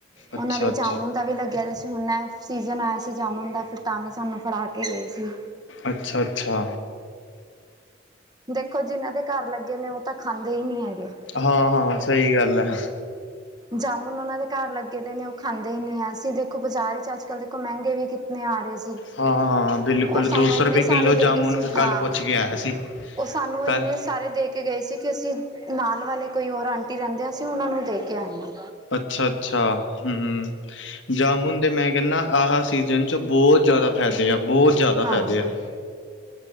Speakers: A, on the right (about 20°); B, on the left (about 75°).
A: ਉਹਨਾਂ
B: ਅੱਛਾ-ਅੱਛਾ,
A: ਦੇ ਜਾਮੁਨ ਦਾ ਵੀ ਲੱਗਿਆ ਸੀ। ਹੁਣ ਨਾਂ ਸੀਜ਼ਨ ਆਇਆ ਸੀ ਜਾਮੁਨ ਦਾ ਫਿਰ ਤਾਂ ਵੀ ਸਾਨੂੰ ਫੜਾ ਕੇ ਗਏ ਸੀ।
B: ਅੱਛਾ -ਅੱਛਾ।
A: ਦੇਖੋ, ਜਿਹਨਾਂ ਦੇ ਘਰ ਲੱਗੇ ਨੇ ਉਹ ਤਾਂ ਖਾਂਦੇ ਹੀ ਨਹੀਂ ਹੈਗੇ।
B: ਹਾਂ -ਹਾਂ ਸਹੀ ਗੱਲ ਹੈ।
A: ਜਾਮੁਨ ਉਹਨਾਂ ਦੇ ਘਰ ਲੱਗੇ ਦੇ ਨੇ ਉਹ ਖਾਂਦੇ ਹੀ ਨਹੀਂ ਆ। ਅਸੀਂ ਦੇਖੋ ਬਾਜ਼ਾਰ 'ਚ ਅੱਜ ਕੱਲ੍ਹ ਦੇਖੋ ਮਹਿੰਗੇ ਵੀ ਕਿਤਨੇ ਆ ਰਹੇ ਸੀ।
B: ਹਾਂ- ਹਾਂ ਬਿਲਕੁਲ,
A: ਉਹ ਸਾਨੂੰ
B: ਦੋ
A: ਇੰਨੇ
B: ਸੌ ਰੁਪਏ
A: ਸਾਰੇ
B: ਕਿੱਲੋ
A: ਦੇ
B: ਜਾਮੁਨ
A: ਗਏ ਸੀ
B: ਮੈਂ ਕੱਲ੍ਹ
A: ਹਾਂ
B: ਪੁੱਛ ਕੇ ਆਇਆ ਸੀ।
A: ਉਹ ਸਾਨੂੰ
B: ਕੱਲ
A: ਇੰਨੇ ਸਾਰੇ ਦੇ ਕੇ ਗਏ ਸੀ, ਕਿ ਅਸੀਂ ਨਾਲ ਵਾਲੇ ਕੋਈ ਹੋਰ ਆਂਟੀ ਰਹਿੰਦੇ ਹਾਂ ਅਸੀਂ ਉਹਨਾਂ ਨੂੰ ਦੇ ਕੇ ਆਏ ਹਾਂ।
B: ਅੱਛਾ -ਅੱਛਾ, ਹੂੰ-ਹੂੰ। ਜਾਮੁਨ ਦੇ ਮੈਂ ਕਹਿੰਦਾ ਆਹ ਸੀਜਨ ਚ ਬਹੁਤ ਜ਼ਿਆਦਾ ਫ਼ਾਇਦੇ ਆ, ਬਹੁਤ ਜ਼ਿਆਦਾ ਦਾ
A: ਹਾਂ
B: ਫਾਇਦੇ ਆ।